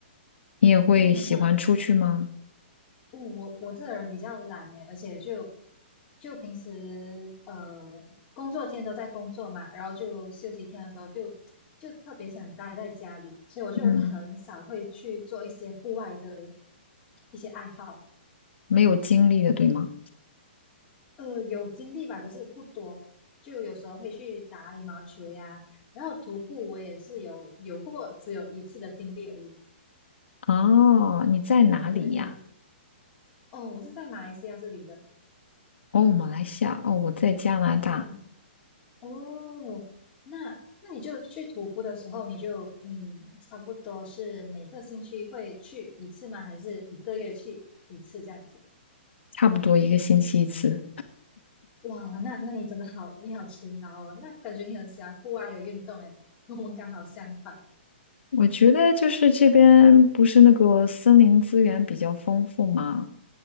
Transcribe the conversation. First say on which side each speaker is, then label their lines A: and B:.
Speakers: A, on the left; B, on the left.
A: 你也会喜欢出去吗？
B: 哦，那哦我我这人比较懒诶，而且就就平时呃工作天都在工作嘛，然后就休息天的时候就就特别想待在家里，所以我就很少会去做一些户外的
A: 嗯，
B: 一些爱好。
A: 没有精力的，对吗？
B: 呃，有经历吧，可是不多。就有时候会去打羽毛球呀，然后徒步我也是有有过只有一次的经历而已。
A: 哦，你在哪里呀？
B: 对，哦，我是在马来西亚这里的。
A: 哦，马来西亚，哦，我在加拿大，
B: 对，哦，那那你就去徒步的时候，你就嗯，差不多是每个星期会去一次吗？还是一个月去一次这样子？
A: 差不多一个星期一次。
B: 哇，那那你真的好，你好勤劳哦，那感觉你很喜欢户外的运动诶，<laughs> 跟我们刚好相反。
A: 我觉得就是这边不是那个森林资源比较丰富嘛，